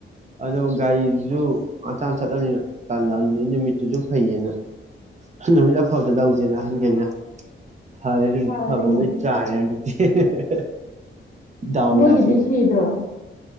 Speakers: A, on the right; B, on the left.
A: ꯑꯗꯣ ꯒꯥꯔꯤꯗꯨꯖꯨ ꯑꯥꯇꯥꯟ ꯆꯠꯂꯝꯅꯤꯅ ꯇꯜꯂꯝ ꯅꯨꯃꯤꯠꯇꯨꯁꯨ ꯐꯩꯌꯦꯅ ꯅꯨꯃꯤꯠ ꯑꯐꯕꯗ ꯂꯧꯖꯦꯅ ꯑꯍꯟꯒꯩꯅ ꯐꯔꯦ ꯅꯨꯃꯤꯠ
B: ꯐꯔꯦꯅꯦ
A: ꯐꯕꯒ ꯂꯣꯏ ꯆꯥꯏꯔꯦ ꯍꯟꯗꯛꯇꯤ ꯍꯦ ꯍꯦ ꯍ ꯍ ꯗꯥꯎ
B: ꯃꯣꯏꯒꯤꯗꯤ
A: ꯌꯥꯗꯦ
B: ꯁꯤꯗ꯭ꯔꯣ